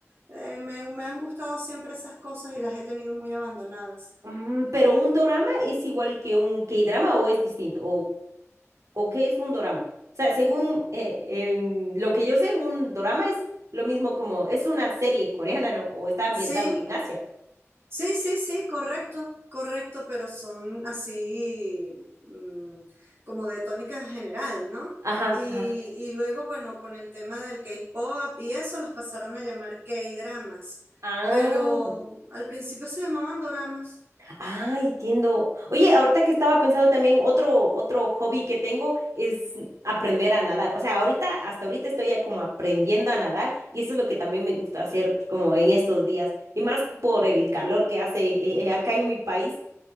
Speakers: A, on the right; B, on the right.
A: Eh, me, me han gustado siempre esas cosas y las he tenido muy abandonadas.
B: Mm, ¿pero un dorama es igual que un K-drama o es distinto? ¿O o qué es un dorama. O sea, según eh, em, lo que yo sé, un dorama es lo mismo como, es una serie coreana, ¿no? O está ambientado
A: Sí,
B: en Asia.
A: Sí, sí, sí, correcto, correcto, pero son así mm, como de tónica general, ¿no?
B: Ajá,
A: Y,
B: ajá.
A: y luego, bueno, con el tema del K-pop y eso, los pasaron a llamar K-dramas,
B: Ah,
A: pero al principio se llamaban doramas.
B: ah, entiendo. Oye, ahorita que estaba pensando también, otro, otro hobby que tengo es aprender a nadar. O sea, ahorita, hasta ahorita estoy ya como aprendiendo a nadar y eso es lo que también me gusta hacer como en estos días. Y más por el calor que hace eh, eh, acá en mi país.